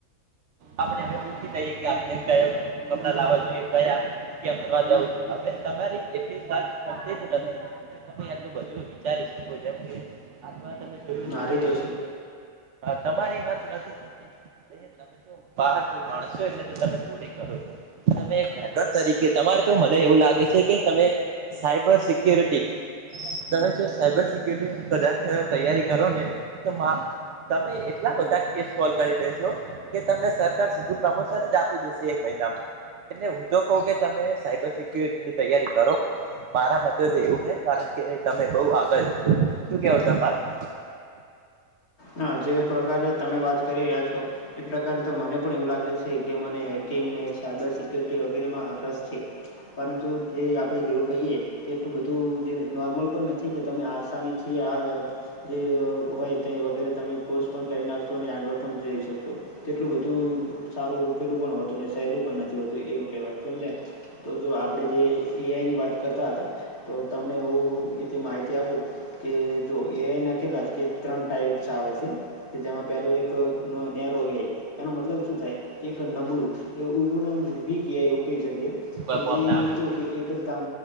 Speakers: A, on the right; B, on the left.
A: આપણે અમે પૂછી લઈએ કે આપણે કયો કપડા લાવવા જોઈએ કયા જગ્યા ફરવા જવું છ હવે તમારી એટલી સખી શક્તિ છે કે તમે આટલું બધું વિચારી શકો જેમ કે આમાં તમે જોયું
B: નારી
A: છે કે
B: તો
A: તમારી વાત નથી થતી અ તમે તો પહારપુર માણસ છો એટલે તો તમે બોડિંગ કરો છો તમે એક હેકર તરીકે તમારે તો મને એવું લાગે છે કે તમે સાયબર સિકીયોરીટી તમે જો સાયબર સિક્ય્યોરિટી કદાચ તૈયારી કરો ને તો તમે એટલા બધા કેસ સોલ્વ કરી લેેશો કે તમને સરકાર સીધું પ્રમોશન જ આપી દેશે એક મહિનામાં એટલે હું તો કહું કે તમે સાયબર સિક્યુરિટી ની તૈયારી કરો મારા મ એવું હ કારણ કે તમે બહુ આગળ જશો શું કેવો તમારું
B: હા જે પ્રકારે તમે વાત કરી રહ્યા છો એ પ્રકારે તો મને પણ એવું લાગે છે છે કે મને હેકિંગને સાયબર સિક્યુરિટી વગેરેમાં હ રસ છે પરંતુ જે આપણે જેવું કહીએ તેટલું બધું જે નોર્મલ પણ નથી કે તમે આસાનીથી આ જે હોય તે વગેરે તમે કોર્સ પણ કરી નાખશો અને આગળ પણ જઈ શકશો તેટલું બધું સારુંકેલું પણ હોતું ને સહેલું પણ નથી હોતું એવું કહે વાત સમજાય તો જો આપણેે જે એઆઈ ની વાત કરતા હતા તો તમને હું એથી માહિતી આપું કે જો એ આઈ ના કેટલા કે ત્રણ ટાઈપ્ આવે છે કે જેમાં પેલું એક નેરો એનો મતલબ શું થાય કે એક નબળું એવું એવના વીક એવું કહી શકીએ
A: કોઈ
B: જેથી
A: કોમ ના આવ્યો
B: કવું કે એક કામ